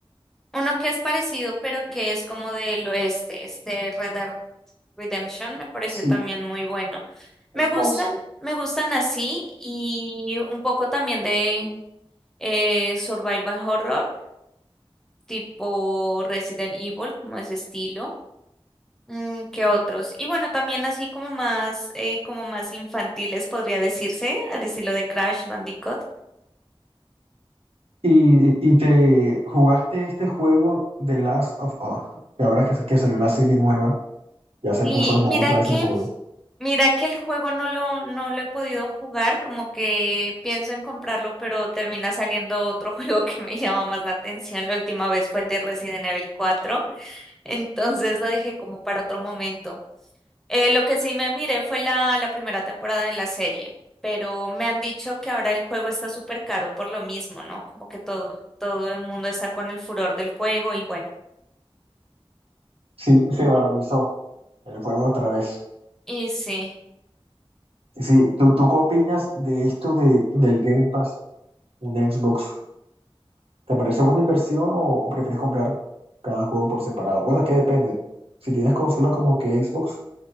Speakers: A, in the centre; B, on the right.
A: uno que es parecido, pero que es como del oeste, este Red Redemption me pareció
B: Sí,
A: también muy bueno. Me
B: el
A: gustan,
B: 2.
A: me gustan así y un poco también de eh, survival horror, tipo Resident Evil, como ese estilo. Mm, ¿qué otros? Y bueno, también así como más, eh, como más infantiles podría decirse, al estilo de Crash Bandicoot.
B: Y, y te jugaste este juego The Last of Us, que ahora que, que salió la serie nueva, ya se
A: Y
B: puso de moda
A: mira
B: otra
A: que,
B: vez el juego.
A: mira que el juego no lo, no lo he podido jugar, como que pienso en comprarlo, pero termina saliendo otro <laughs> juego que me llama más la atención. La última vez fue el de Resident Evil cuatro entonces lo dejé como para otro momento. Eh, lo que sí me miré fue la, la primera temporada de la serie, pero me han dicho que ahora el juego está súper caro por lo mismo, ¿no? Como que todo, todo el mundo está con el furor del juego y bueno,
B: Sí, se valorizó el juego otra vez.
A: y sí.
B: Sí, ¿tú, tú qué opinas de esto de, del Game Pass, un Xbox? ¿Te parece buena inversión o, o prefieres comprar cada juego por separado? Bueno, es que depende. Si tienes consola como que Xbox,